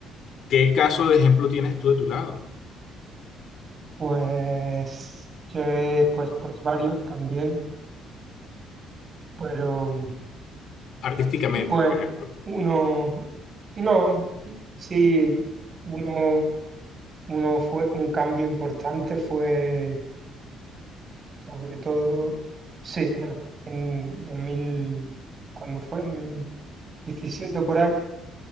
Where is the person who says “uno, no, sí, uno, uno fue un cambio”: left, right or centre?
Right